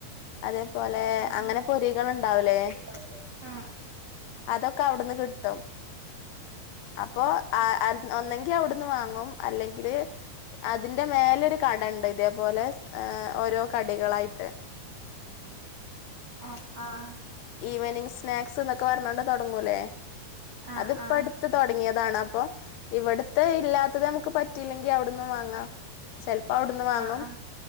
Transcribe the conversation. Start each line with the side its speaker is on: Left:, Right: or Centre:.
Left: അതേപോലെ
Right: ആ
Left: അങ്ങനെ
Right: ആ
Left: പൊരികൾ ണ്ടാവ് ലേ
Right: ഉണ്ടാവൂലേ ആ
Left: അതൊ ട്ന്ന് കിട്ടും അപ്പോ ആഹ് ഒന്ന ങ്കി അവ്ട്ന്ന് വാങ്ങും അല്ലെങ്കില് അതിന്റെ മേലൊരു കടണ്ട് ഇതേപോലെ ഏഹ് ഓരോ കടികളായിട്ട്
Right: ആഹ് ആഹ്
Left: ഈവനിങ് സ്നാക്സ് ന്നൊക്കെ പറഞ്ഞോണ്ട് തൊടങ്ങൂല്ലേ
Right: ആ
Left: അതിപ്പട്
Right: ആ
Left: ത്ത് തൊടങ്ങേതാണ് അപ്പൊ ഇവട്ത്തെ ഇല്ലാത്തത് നമുക്ക് പറ്റില്ലെങ്കി അവ്ട്ന്നും വാങ്ങാ ചെല്പ്പ അവ്ട്ന്ന് വാങ്ങും
Right: ആ ആ